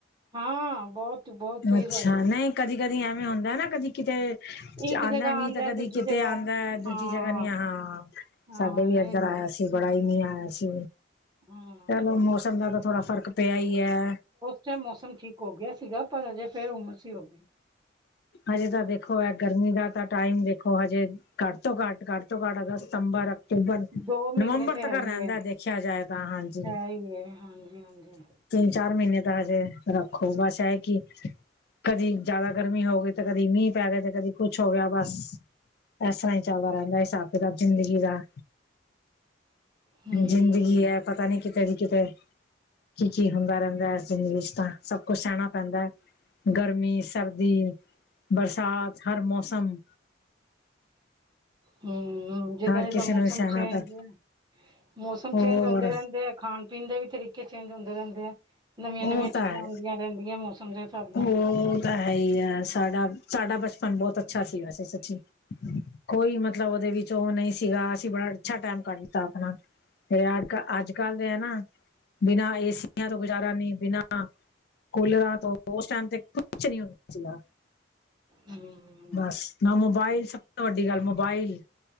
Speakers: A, on the right; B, on the left.
A: ਹਾਂ ਬਹੁਤ ਬਹੁਤ ਤੇਜ਼
B: ਅੱਛਾ
A: ਆਇਆ
B: ਨਹੀਂ, ਕਦੀ ਕਦੀ ਐਵੇਂ ਹੁੰਦਾ ਨਾ, ਕਦੀ ਕਿਤੇ
A: ਇੱਕ
B: ਆਂਦਾ
A: ਜਗ੍ਹਾ
B: ਮੀਂਹ
A: ਆਉਂਦਾ
B: ਤਾਂ
A: ਦੂਜੀ
B: ਕਦੀ ਕਿਤੇ
A: ਜਗ੍ਹਾ
B: ਆਦਾਂ, ਦੂਜੀ
A: ਹਾਂ
B: ਜਗ੍ਹਾ ਨੀ ਆ ਹਾਂ,
A: ਹਾਂ
B: ਸਾਡੇ ਵੀ
A: ਨਹੀਂ
B: ਇੱਧਰ
A: ਨਹੀਂ
B: ਆਇਆ ਸੀ। ਬੜਾ ਹੀ ਮੀਂਹ ਆਇਆ ਸੀ,
A: ਹਾਂ
B: ਚਲੋ ਮੌਸਮ ਦਾ ਤਾਂ ਥੋੜਾ ਫ਼ਰਕ ਪਿਆ ਹੀ ਹੈ।
A: ਚਾਹੇ ਮੌਸਮ ਠੀਕ ਹੋ ਗਿਆ ਸੀਗਾ, ਪਰ ਹਜੇ ਫੇਰ ਹੁੰਮਸ ਹੋ ਗਈ।
B: ਹਜੇ ਤਾਂ ਦੇਖੋ, ਇਹ ਗਰਮੀ ਦਾ ਤਾਂ ਟਾਈਮ ਦੇਖੋ ਹਜੇ ਘੱਟ ਤੋਂ ਘੱਟ-ਘੱਟ ਤੋਂ ਘੱਟ ਅਗਸਤ ਸਤੰਬਰ। ਅਕਤੂਬਰ
A: ਦੋ ਮਹੀਨੇ
B: ਨਵੰਬਰ
A: ਤੇ
B: ਤੱਕ
A: ਹੈ ਹੀ
B: ਰਹਿੰਦਾ
A: ਹੈ
B: ਦੇਖਿਆ, ਜਾਏ ਤਾਂ ਹਾਂਜੀ।
A: ਹੈ ਹੀ ਹੈ ਹਾਂਜੀ ਹਾਂਜੀ
B: ਤਿੰਨ ਚਾਰ ਮਹੀਨੇ ਤਾਂ ਹਜੇ ਰੱਖੋ, ਬਸ ਇਹ ਕਿ ਕਦੀ ਜਿਆਦਾ ਗਰਮੀ ਹੋਵੇ। ਤੇ ਕਦੀ ਮੀਂਹ ਪੈ ਗਿਆ ਏ, ਤੇ ਕਦੀ ਕੁੱਛ ਹੋ ਗਿਆ ਬਸ। ਇਸ ਤਰ੍ਹਾਂ ਹੀ ਚੱਲਦਾ ਰਹਿੰਦਾ, ਹਿਸਾਬ ਕਿਤਾਬ ਜ਼ਿੰਦਗੀ ਦਾ।
A: ਹੂੰ
B: ਜ਼ਿੰਦਗੀ ਹੈ, ਪਤਾ ਨੀ ਕਿਤੇੇ ਦੀ ਕਿਤੇ। ਕੀ-ਕੀ ਹੁੰਦਾ ਰਹਿੰਦਾ ਹੈ, ਇਸ ਜ਼ਿੰਦਗੀ ਵਿੱਚ ਤਾਂ ਸਭ ਕੁਛ ਸਹਿਣਾ ਪੈਂਦਾ ਹੈ। ਗਰਮੀ ਸਰਦੀ, ਬਰਸਾਤ ਹਰ ਮੌਸਮ।
A: ਹੂੰ, ਜਿੱਦਾ
B: ਹਰ
A: ਦਾ ਜਿੱਦਾ
B: ਕਿਸੇ
A: ਮੌਸਮ
B: ਨੂੰ ਸਹਿਣਾ
A: ਚੇਂਜ
B: ਪੈ
A: ਹੈ। ਮੌਸਮ
B: ਹੋਰ
A: ਚੇਂਜ ਹੁੰਦੇ ਰਹਿੰਦੇ, ਆ ਖਾਣ ਪੀਣ ਦੇ ਵੀ ਤਰੀਕੇ ਚੇਂਜ ਹੁੰਦੇ ਰਹਿੰਦੇ ਆ। ਨਵੀਆਂ-ਨਵੀਆਂ
B: ਉਹ ਤਾਂ
A: ਚੀਜ਼ਾਂ
B: ਹੈ
A: ਆਦੀਆਂ ਰਹਿੰਦੀਆਂ, ਮੌਸਮ ਦੇ ਹਿਸਾਬ ਨਾਲ।
B: ਉਹ ਤਾਂ ਹੈ ਹੀ ਹੈ, ਸਾਡਾ-ਸਾਡਾ ਬਚਪਨ ਬਹੁਤ ਅੱਛਾ ਸੀ ਵੈਸੇ ਸੱਚੀ। ਕੋਈ ਮਤਲਬ ਉਹਦੇ ਵਿੱਚ ਉਹ ਨਹੀਂ ਸੀਗਾ, ਅਸੀਂ ਬੜਾ ਅੱਛਾ ਟੈਮ ਕੱਟ ਦਿੱਤਾ ਆਪਣਾ। ਇਹ ਅੱਜ-ਕੱਲ ਦੇ ਹੈ, ਨਾ ਬਿਨਾਂ ਏਸੀਆਂ ਤੋਂ ਕੁਛ। ਜ਼ਾਰ ਨੀ ਬਿਨਾਂ ਕੂਲਰਾਂ ਤੋਂ ਉਸ ਟਾਈਮ ਤੇ ਕੁਛ ਨੀ ਹੁੰਦਾ, ਸੀਗਾ।
A: ਹਮ
B: ਬਸ ਨਾ ਮੋਬਾਇਲ ਸਭ ਤੋਂ ਵੱਡੀ ਗੱਲ ਮੋਬਾਇਲ।